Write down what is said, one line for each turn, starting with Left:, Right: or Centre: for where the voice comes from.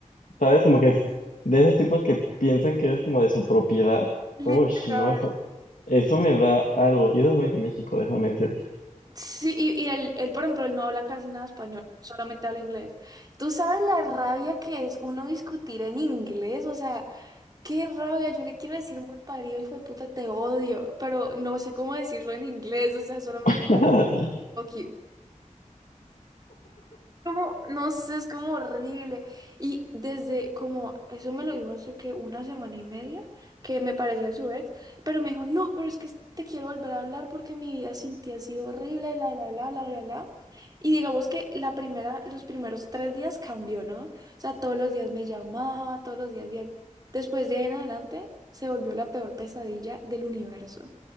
Left: ¿Sabes? Como que es de esos tipos que piensan que eres como de su propiedad.
Right: Literal.
Left: Uy, no, eso, eso me da algo. Y eso es muy de México, déjame decirte.
Right: Sí, y, y él, él, por ejemplo, él no habla casi nada español, solamente habla inglés. ¿Tú sabes la rabia que es uno discutir en inglés? O sea, qué rabia, yo le quiero decir mal parido, hijo de puta, te odio, pero no sé cómo decirlo en inglés, o sea, solamente
Left: <laughs>
Right: fuck you. Como, no sé, es como horrible. Y desde como, eso me lo dijo hace que una semana y media, que me parecía su ex, pero me dijo, no, pero es que te quiero volver a hablar porque mi vida sin ti ha sido horrible, la, la, la, la, la, la. Y digamos que la primera, los primeros tres días cambió, ¿no? O sea, todos los días me llamaba, todos los días bien. Después de ahí en adelante, se volvió la peor pesadilla del universo.